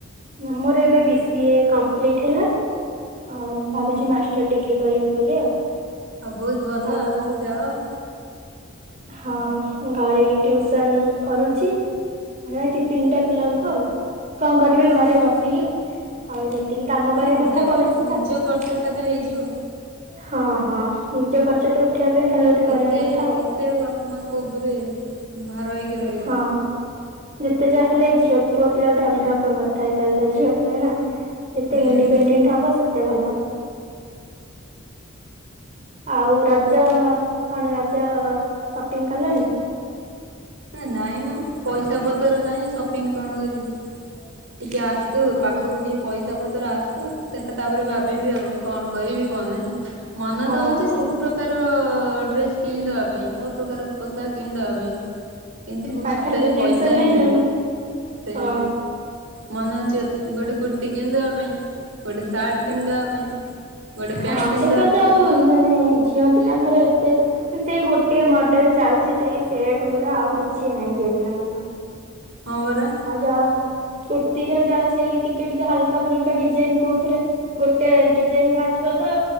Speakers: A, on the right; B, on the right.
A: ମୋର ଏବେ ବି ସି ଏ କମ୍ପ୍ଲିଟ ହେଲା ଆଉ ଭାବୁଚି ମାଷ୍ଟର ଡିଗ୍ରୀ କରିବି ବୋଲି ଆଉ।
B: ହଉ ବହୁତ ଭଲ
A: ଆଉ
B: ଆଗକୁ
A: ଘ
B: ଯାଅ।
A: ହଁ ଘରେ ଟିଉସନ୍ କରୁଛି। ହଁ ଦି ତିନିଟା ପିଲାଙ୍କୁ ଆଉ କଣ କରିବି ଘରେ ବସିକି ଆଉ ଯେତିକି କାମ
B: ହଁ
A: କରିବା
B: ନିଜ
A: କଥା କରୁଚି
B: ନିଜ
A: ତାସହିତ
B: ଖର୍ଚ୍ଚ ଟା ତ ହେଇଯିବ।
A: ହଁ ହଁ ନିଜ ଖର୍ଚ୍ଚତ ଉ ଖଖିବା ପାଇଁ ଖାଲି ଗୋଟେ କରିବା
B: କେତେ
A: କଥା
B: କେତେ ଆଉ ବାପା ମାଙ୍କ ଉପରେ ଭାର ହେଇକି ରହିବ।
A: ହଁ। ଯେତେ ଯାହା ହେଲେ ଝିଅ ପୁଅ ପିଲା ଗୋଟେ ଅଲଗା କଥା ହେଇଥାନ୍ତାନା ଝିଅ ପିଲାନା। ଯେତେ
B: ହୁଁ
A: ଇଣ୍ଡିପେଣ୍ଡେଣ୍ଟ ହବ ସେତେ ଭଲ। ଆଉ ରଜ କଣ ରଜ ସପିଂ କଲଣି?
B: ଏନାଇଁ ମୋ ପଇସା ପତର ନାଇଁ ସପିଂ କଣ କରିବି।
A: <inaudible>
B: ଟିକେ ଆସୁ
A: ହଁ।
B: ପାଖକୁ ଟିକେ ପଇସା ପତ୍ର ଆସୁ ସେଟା ତାପରେ ଭାବିବି ଆଉ କଣ କରିବି କଣ ନାହିଁ। ମନତ
A: ହଁ
B: ଦଉଚି
A: ହଁ।
B: ସବୁ ପ୍ରକା ପ୍ରକାର ଡ୍ରେସ୍ କିଣିଦବା ପାଇଁ ସବୁ ପ୍ରକାର ପୋଷାକ କିଣିଦବା ପାଇଁ। କିନ୍ତୁ
A: ପାଖରେ
B: ହାତରେ
A: ତ ଜିନିଷ
B: ପଇସାହିଁ ନାହିଁ
A: ଆଉ।
B: ସେଇବା
A: ହଁ
B: ମନେ ଅଉଛି ଗୋଟେ କୁର୍ତ୍ତି କିଣିଦବା ପାଇଁ ଗୋଟେ ସାର୍ଟ କିଣିଦବା ପାଇଁ ଗୋଟେ ପ୍ୟାଣ୍ଟ
A: ହଁ
B: କିଣିଦବା
A: ଏବେ ତ
B: ପାଇଁ।
A: ଆଉ ମାନେ ଝିଅ ପିଲାଙ୍କର ଏତେ ସେଇ ଗୋଟିଏ ମଡେଲ ଚାଲିଛି ସେଇ ସେଟ ଗୁରା ଆଉ କିଛି ନାହିଁ ଝିଅ ପିଲାଙ୍କର।
B: ହଁ ପରା।
A: ଆଉ ଯାହା କୁର୍ତ୍ତିୀର ଯାହା ସେଇ ଟିକେ ଟିକେ ହାଲକା ଫୁଲକା ଡିଜାଇନ କହୁଉଥିରେ ଗୋଟେ ଡିଜାଇନି ବାହାରିଥିବ ତ